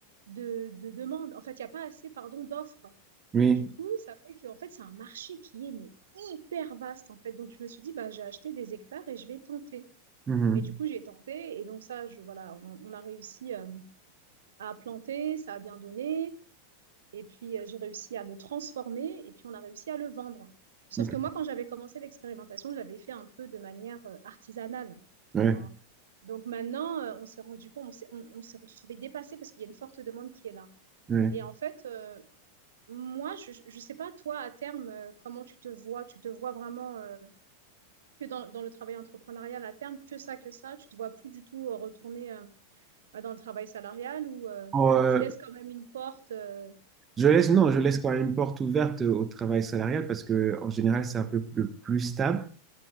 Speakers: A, on the right; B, on the right.
A: de, de demandes. En fait, il n'y a pas assez, pardon, d'offres.
B: Oui.
A: Du coup, ça fait que en fait, c'est un marché qui est mais, hyper vaste en fait. Donc je me suis dit bah j'ai acheté des hectares et je vais tenter.
B: Mhm.
A: Et du coup, j'ai tenté et donc ça je voilà, on, on a réussi euh, à planter, ça a bien donné et puis euh, j'ai réussi à le transformer et puis on a réussi à le vendre. Sauf
B: Ok.
A: que moi quand j'avais commencé l'expérimentation, j'avais fait un peu de manière euh, artisanale.
B: Ouais.
A: tu vois. Donc maintenant, euh, on s'est rendu compte, on s'est on, on s'est retrouvé dépassé parce qu'il y a une forte demande qui est là.
B: Ouais.
A: Et en fait, euh, moi, je ne sais pas, toi, à terme, euh, comment tu te vois? Tu te vois vraiment euh, que dans, dans le travail entrepreneurial à terme, que ça, que ça? Tu te vois plus du tout euh, retourner euh, bah, dans le travail salarial ou euh,
B: Pour, euh,
A: tu laisses quand même une porte euh,
B: Je laisse, non, je laisse quand même une porte ouverte au travail salarial parce que en général, c'est un peu le plus stable